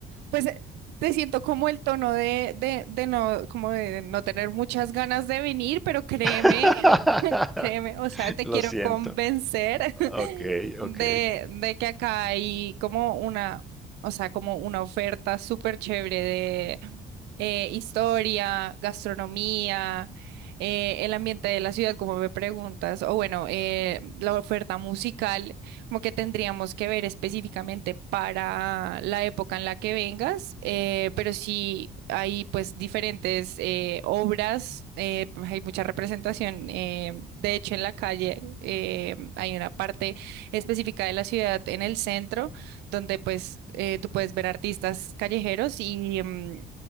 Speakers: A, on the right (about 80°); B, in the centre.
A: pues eh, te siento como el tono de, de, de no, como de no tener muchas ganas de venir, pero créeme,
B: <laughs>
A: <laughs> créeme, o sea, te
B: Lo
A: quiero
B: siento.
A: convencer <laughs>
B: Ok, ok.
A: de, de que acá hay como una, o sea, como una oferta súper chévere eh, historia, gastronomía, eh, el ambiente de la ciudad, como me preguntas, o bueno, eh, la oferta musical, como que tendríamos que ver específicamente para la época en la que vengas, eh, pero sí hay pues diferentes eh, obras, eh, pues, hay mucha representación, eh, de hecho en la calle eh, hay una parte específica de la ciudad en el centro donde pues eh, tú puedes ver artistas callejeros y, mm,